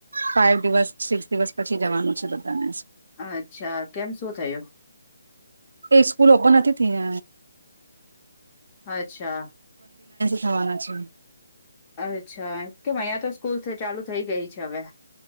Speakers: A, on the right (about 80°); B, on the left (about 20°).
A: ફાઈવ દિવસ સિક્સ દિવસ પછી જવાનું છે બધાને.
B: અચ્છા, કેમ શું થયું?
A: એ સ્કૂલ ઓપન નથી થઈ.
B: <inaudible> અચ્છા.
A: ખવાના છે.
B: અચ્છા કેમ અહિયાયા તો સ્કૂલ ચાલુ થઈ ગઈ છે હવે.